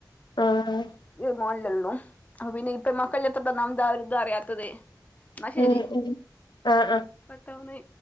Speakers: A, on the left; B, on the left.
A: ആഹ് ആഹ്
B: ഈ ഒരു മോനല്ലെള്ളൂ അപ്പൊപിന്നെയി പെമ്മക്കളില്യാത്തോണ്ടാന്നാമതാ ഒരിതറിയാത്തത് ന്നാ ശരി
A: ആഹ് ആഹ്
B: കട്ടാവുനെ